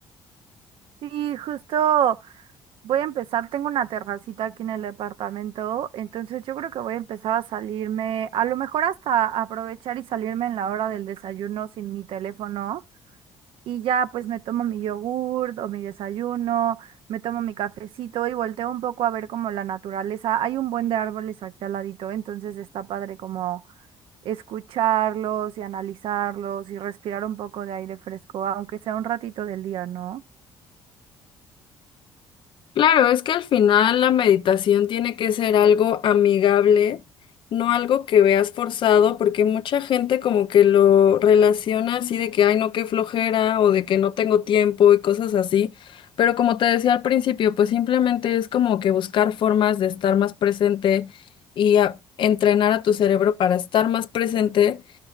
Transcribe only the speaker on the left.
Claro, es que al final la meditación tiene que ser algo amigable, no algo que veas forzado, porque mucha gente como que lo relaciona así de que, ay, no, qué flojera o de que no tengo tiempo y cosas así. Pero como te decía al principio, pues simplemente es como que buscar formas de estar más presente y a- entrenar a tu cerebro para estar más presente